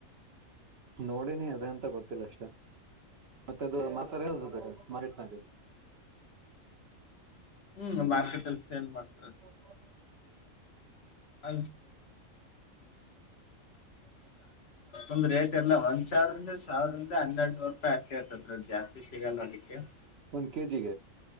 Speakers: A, on the right (about 60°); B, on the left (about 60°).
A: ನೋಡಿನಿ ಅದೇ ಅಂತ ಗೊತ್ತಿಲ್ಲ ಅಷ್ಟೇ ಮತ್ತದು ಸರಿ ಹತತ ಮಾರಟ್ ನಕ <unintelligible>
B: ಹ್ಮ್ ಮಾರ್ಕೆಟ್ ಅಲ್ಲಿ ಸೇಲ್ ಮಾಡ್ <unintelligible>
A: <inaudible>
B: - <unintelligible> ಒಂದ್ ರೇಟ್ ಎಲ್ಲ ಒಂದ್ ಸಾವಿರದಂದ ಸಾವಿರದಂದ ಹನ್ನೆರಡು ನೂರು ರೂಪಾಯಿ ಅಸ್ತಿ ಆಯತದದು ಜಾಸ್ತಿ ಸಿಗಲ್ಲ ಅದಕ್ಕೆ <unintelligible>
A: ಒಂದ್ ಕೆಜಿಗೆ